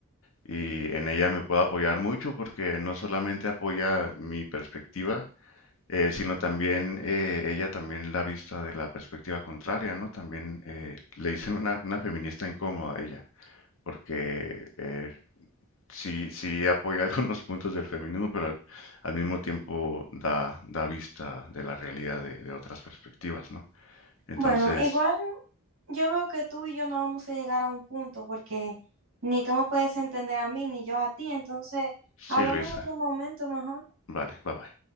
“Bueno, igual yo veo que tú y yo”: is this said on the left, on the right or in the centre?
Right